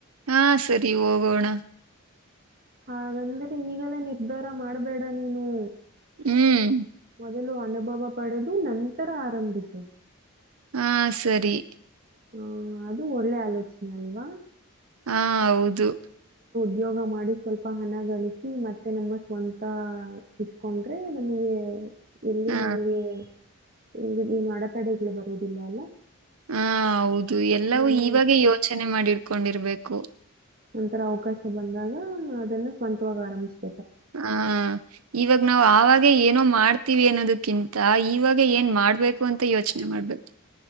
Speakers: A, on the right (about 85°); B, on the right (about 45°).
A: ಹಾ ಸರಿ ಹೋಗೋಣ.
B: ಹಾಗಂದ್ರೆ ಈಗಲ್ಲ. ಉ್ದರ ಮಾಡಬೇಡ ನೀನು.
A: ಹ್ಮ್.
B: ಮದಲು ಅನುಭವ ಪಡೆದು ನಂತರ. ಆರಂಭಿಸು
A: ಹಾ ಸರಿ.
B: ಹ್ಮ ಅದು ಒಳ್ಳೆ ಆಲೋಚನೆ ಅಲ್ವಾ
A: ಹಾ ಹೌದು.
B: ಯ್ಯೋಗ ಮಾಡಿ ಸ್ವಲ್ಪ ಹಣ ಗಳಿಸಿ ಮತ್ತುೆ ನಮ್ಮ ಸ್ವಂತ ಇಟ್ಕೊಂಡ್ರೆ ನಮಗೆ. ಎಲ್ಲಿ
A: ಹಾ
B: ನಮಗೆ. ಈ ಏನು ಅಡೆತಡೆಗಳು ಬರುವುದಿಲ್ಲ ಅಲ್ಲ.
A: ಹ ಹೌದು ಎಲ್ಲವೂ
B: ನನ್
A: ಇವಾಗೇ ಯೋಚನೆ ಮಾಡಿಡ್ಕೊಂಡಿರ್ಬೇಕು. ಕು.
B: ನಂತರ ಅವಕಾಶ ಬಂದಾಗ ಅದನ್ನ ಸ್ವಂತವಾಗಿ ಆರಂಿಸತಾರೆ.
A: ಹ ಇವಾಗ ನಾವ್ ಆವಾಗ ಏನೋ ಮಾಡ್ತೀವಿ ಅನ್ನೋದಕ್ಕಿಂತ ಇವಾಗ ಏನ್ ಮಾಡ್ಬೇಕು ಅಂತ ಯೋಚನೆ ಮಾಡ್ಬೇಕು